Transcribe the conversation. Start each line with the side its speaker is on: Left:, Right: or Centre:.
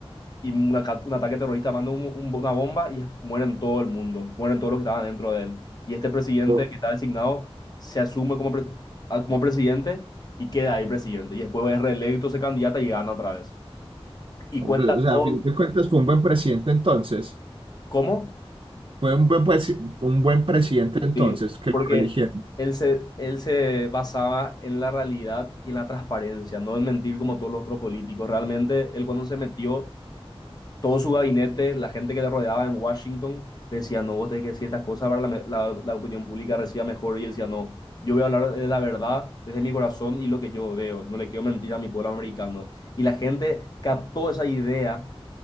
Left: y un, un ataque terrorista manda un- un- una bomba y mueren todo el mundo, mueren todos los que estaban dentro de él. Y este presidente
Right: O
Left: que está designado se asume como, pre- ah, como presidente y queda ahí presidente. Y después es reelecto, se candidata y gana otra vez. Y
Right: o
Left: cuenta
Right: sea,
Left: todo,
Right: a fin de cuentas fue un buen presidente entonces.
Left: ¿cómo?
Right: Fue un buen, presi- un buen presidente entonces
Left: Sí,
Right: que
Left: porque
Right: lo religieron.
Left: él se, él se basaba en la realidad y en la transparencia, no en mentir como todos los otros políticos. Realmente, él cuando se metió, todo su gabinete, la gente que le rodeaba en Washington, decía, no, vos tenés que decir estas cosas para que la, me- la- la opinión pública reciba mejor. Y él decía, no, yo voy a hablar de la verdad desde mi corazón y lo que yo veo. No le quiero mentir a mi pueblo americano. Y la gente captó esa idea